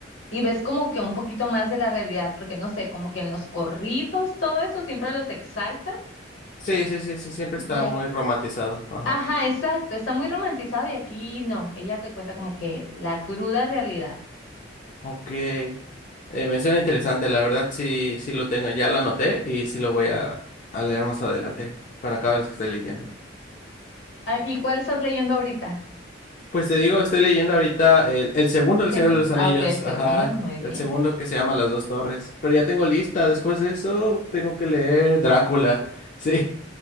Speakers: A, on the left; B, on the left.
A: Y ves como que un poquito más de la realidad, porque no sé, como que en los corridos, todo eso siempre los exaltan.
B: Sí, sí, sí, sí, siempre está
A: Y aquí,
B: muy romantizado. Ajá.
A: ajá, exacto, está muy romantizado y aquí no, ella te cuenta como que la cruda realidad.
B: Ok. Eh, me suena interesante, la verdad, sí, sí lo tengo, ya lo anoté y sí lo voy a, a leer más adelante, cuando acabe las que estoy leyendo.
A: Ah, ¿Y cuál estás leyendo ahorita,
B: Pues te digo, estoy leyendo ahorita el, el segundo del
A: señor?
B: Señor de los Anillos,
A: Ah, ok, el segundo,
B: ajá,
A: muy bien.
B: el segundo que se llama Las Dos Torres. Pero ya tengo lista, después de eso tengo que leer Drácula, sí,